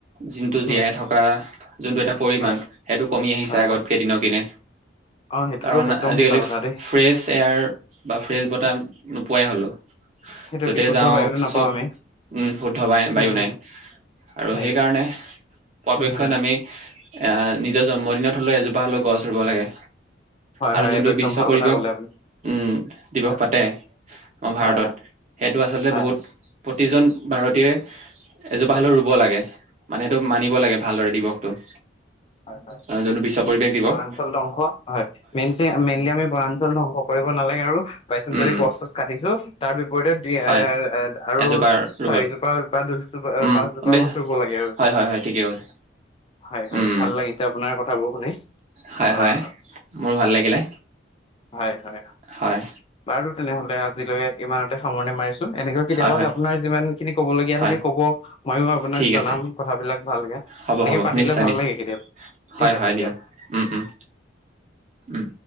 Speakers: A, on the right; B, on the left.
A: যোনটো
B: উম
A: জীয়াই থকা যোনটো এটা পৰিমামান,
B: হয়
A: সেইটো কমি আহিছে
B: হয়
A: আগতকে
B: হয়
A: দিনক দিনে।
B: অ সেইটোতো
A: কাৰণ
B: একদম
A: আজিকালি
B: সঁচা কথা
A: ফ্ৰেছ
B: দেই
A: এয়াৰ বা ফ্ৰেছ বতাহ নোপোৱাই হ'লো।
B: সেইটো
A: যতে
B: বিশুদ্ধ
A: যাওঁ
B: বায়ুতো নাপাওঁ
A: চব
B: আমি
A: উম বিশুদ্ধ বায় বায়ু
B: উম
A: নাই, আৰু
B: সেইটোৱে
A: সেইকাৰণে পৰাপক্ষত
B: উম
A: আমি এ নি নিজৰ জন্মদিনত হ'লে এজোপা হ'লেও গছ ৰুব লাগে।
B: হয়
A: আৰু
B: হয়
A: যোনটো
B: এইটো একদম
A: বিশ্ব
B: ভাল
A: পৰিৱেশ
B: কথা ক'লে আপুনি
A: উম, দিৱস
B: হয়
A: পাতে। অ', ভাৰতত
B: হয় হয়
A: সেইটো আচলতে
B: হয়
A: বহুত
B: হয়
A: প্ৰতিজন ভাৰতীয় এজোপা হ'লেও ৰুব লাগে, মানে এইটো মানিব লাগে ভালদৰে দিৱসটো।
B: হয়, হয়,
A: আহ যোনটো বিশ্ব পৰিৱেশ দিৱস
B: বনাঞ্চল ধ্বংস হয়, মেই-মেইনলি আমি বনাঞ্চল ধ্বংস কৰি কৰিব নালাগে আৰু বাই চাঞ্চ
A: উম
B: যদি গছ, চচ কাটিছোঁ <unintelligible> <unintelligible> এ,
A: হয়
B: এ, আৰু
A: এজোপা ৰুবল
B: চাৰিজোপা বা দুজো-পাঁচজোপা
A: উম বে-
B: গছ ৰু'ব লাগে আৰু।
A: হয় হয় হয় ঠিকে কৈছে
B: হয়, হয়।
A: উম
B: ভাল লাগিছে আপোনাৰ কথাবোৰ শুনি।
A: হয়
B: অ''
A: হয় মোৰ ভাল লাগিলে
B: হয়, হয়
A: হয়
B: বাৰু তেনেহ'লে আজিলৈ ইমানতে সামৰণি মাৰ। এনেকৈ কেতিয়াবা
A: হয় হয়
B: আপোনাৰ যিমান খিনি কব লগীয়া
A: হয়
B: থাকে ক'ব, মইও আপোনাক
A: ঠিক
B: জনাম
A: আছে
B: কথাবিলাক ভালকে,
A: হ'ব
B: এনেকে
A: হ'ব
B: পাতিলে
A: নিশ্চয়
B: ভাল
A: নিশ্চয়
B: লাগে। কেতিয়াবা,
A: হয়,
B: ঠিক আছে
A: হয় দিয়ক উম, উম, উম।